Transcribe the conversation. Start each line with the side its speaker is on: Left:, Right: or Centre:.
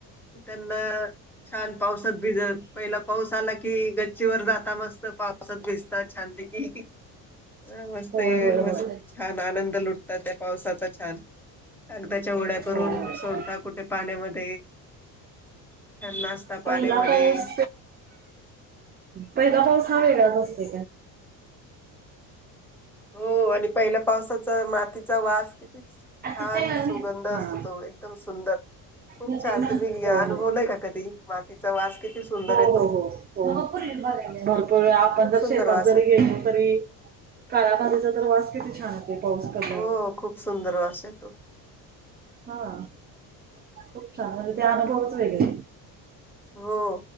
Centre: त्यांना, छान पावसात भिजत पहिला पाऊस आला की गच्चीवर जाता मस्त पावसात भिजतात छान प, <inaudible> अ मस्त
Right: होय
Centre: ये
Right: होय होय
Centre: मस्त
Right: होय
Centre: छान आनंद लुटतात त्या पावसाचा छान, कागदाच्या ओड्या करून
Right: होय
Centre: सोडता कुठे पाण्यामध्ये, छान नाचता
Right: पहिला
Centre: पाण्यामध्ये
Right: पाऊस पहिला पाऊस, आनंदीवेगळा च असते,
Centre: हो आणि पहिल्या पावसाचा मातीचा वास किती, छान
Right: काहीतरी
Centre: सुगंध असतो
Right: हा
Centre: तो एकदम सुंदर, खूप
Right: हो
Centre: छान तुम्ही घ अनुभवलाय
Right: हो
Centre: का कधी, मातीचा वास किती सुंदर
Right: हो हो
Centre: येतो
Right: हो हो भपूरपूर, आपण
Centre: खूप
Right: जर
Centre: सुंदर
Right: शेतात
Centre: वास
Right: जरी
Centre: येतो
Right: गेलो तरी काळ्यामध्येधीचा तर वास किती छान पाऊस कण्यावर
Centre: हो खूप सुंदर वास येतो
Right: हा, खूप छान म्हणजे ते अनुभवच वेगळे,
Centre: हो